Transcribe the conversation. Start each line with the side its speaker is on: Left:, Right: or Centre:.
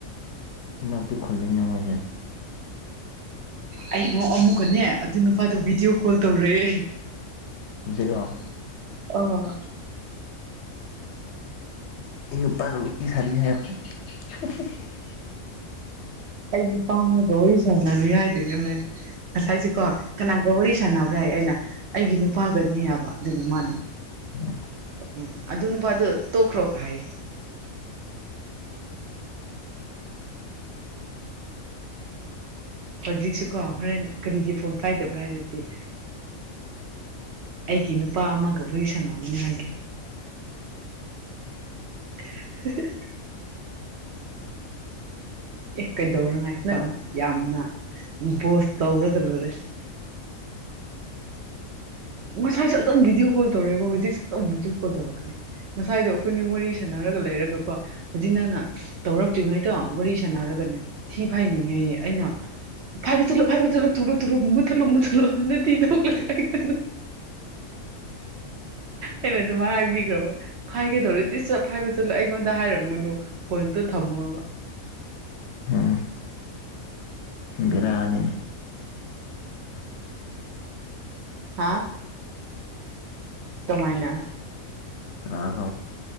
Left: ꯏꯅꯥꯛꯇꯤ ꯈꯨꯜꯂꯤꯅꯦ ꯃꯣꯏꯁꯦ
Right: ꯑꯩ ꯑꯃꯣ ꯑꯃꯨꯛꯀꯅꯦ ꯑꯗꯨ ꯅꯨꯄꯥꯗꯣ ꯚꯤꯗꯤꯑꯣ ꯀꯣꯜ ꯇꯧꯔꯛꯑꯦ
Left: ꯍꯧꯖꯤꯛꯔ‌ꯣ
Right: ꯑꯣ
Left: ꯑꯩ ꯅꯨꯄꯥꯥꯒ ꯋꯥꯔꯤꯁꯥꯔꯤ ꯍꯥꯏꯌ‌ꯣ <unintelligible>
Right: ꯑꯩ ꯅꯨꯄꯥꯃꯒ ꯋꯥꯔꯤ ꯁꯅꯔꯤ ꯍꯥꯏꯗ‌ꯣꯏꯅꯤ ꯍ‌ꯣꯔ‌ꯦꯟ ꯉꯁꯥꯏꯁꯤ ꯀꯣ ꯀꯅꯥꯒ ꯋꯥꯔꯤ ꯁꯥꯟꯅꯕ꯭ꯔ ꯍꯥꯏ ꯑꯩꯅ ꯑꯩꯒꯤ ꯅꯨꯄꯥꯒꯅꯤ ꯍꯥꯏꯕ ꯑꯗꯨꯒ ꯃꯥꯅ
Left: <unintelligible>
Right: ꯎꯝ ꯑꯗꯨ ꯅꯨꯄꯥ ꯑꯗꯨ ꯇꯣꯛꯈ꯭ꯔꯣ ꯍꯥꯏꯌꯦ ꯍꯧꯖꯤꯛꯁꯨꯀꯣ ꯍꯣꯔꯦꯟ ꯀꯔꯤꯒꯤ ꯐꯣꯟ ꯀꯥꯏꯗꯕ꯭ꯔꯥ ꯍꯥꯏꯔꯗꯤ ꯑꯩꯒꯤ ꯅꯨꯄꯥ ꯑꯃꯒ ꯋꯥꯔꯤ ꯁꯟꯅꯕꯅꯤ ꯍꯥꯏꯒꯦ <unintelligible>
Left: <unintelligible>
Right: ꯑꯦ ꯀꯩꯗꯧꯅꯉꯥꯏꯗ ꯌꯥꯝꯅ ꯕꯣꯁ ꯇꯧꯔꯒ ꯂꯣꯏꯔꯦ ꯉꯁꯥꯏꯁꯨ ꯑꯗꯨꯝ ꯚꯤꯗꯤꯑꯣ ꯀꯣꯜ ꯇꯧꯔꯛꯦꯕ ꯍꯧꯖꯤꯛꯁꯨ ꯑꯗꯨꯝ ꯚꯗꯤꯑꯣꯀ‌ꯣꯜ ꯇꯧꯔꯛꯀꯅꯤ ꯉꯁꯥꯏꯗꯣ ꯑꯩꯈꯣꯏꯅꯤ ꯋꯥꯔꯤ ꯁꯥꯟꯅꯔꯒ ꯂꯩꯔꯒꯀꯣ ꯍꯧꯖꯤꯛ ꯅꯪꯅ ꯇꯧꯔꯛꯇ꯭ꯔꯤꯉꯩꯗꯣ ꯋꯥꯔꯤ ꯁꯥꯟꯅꯔꯒꯅꯦ ꯊꯤ ꯐꯥꯏꯅꯤꯡꯉꯦꯌꯦ ꯑꯩꯅ ꯐꯥꯏꯕ ꯆꯠꯂꯣ ꯐꯕ ꯆꯠꯂꯣ ꯊꯨꯔ‌ꯣ ꯊꯨꯔ‌ꯣ ꯃꯨꯊꯠꯂꯣ ꯃꯨꯊꯠꯂꯣ ꯅꯊꯤ ꯊ‌ꯣꯛꯔꯅꯤꯅ ꯑꯩꯅ ꯑꯗꯨꯃ ꯍꯥꯏꯕꯤꯈ꯭ꯔꯕ ꯍꯥꯏꯒꯗꯧꯔꯦꯗꯤ ꯆꯞ ꯍꯥꯏꯕ ꯆꯠꯂꯣ ꯑꯩꯉꯣꯟꯗ ꯍꯥꯏꯔꯝꯒꯨꯅꯨ ꯐꯣꯟꯗꯣ ꯊꯝꯃꯣꯕ
Left: ꯎꯝ ꯕꯦꯔꯅꯤꯅꯦ
Right: ꯍꯥ ꯀꯃꯥꯏꯅ
Left: ꯀꯅꯥꯅ‌ꯣ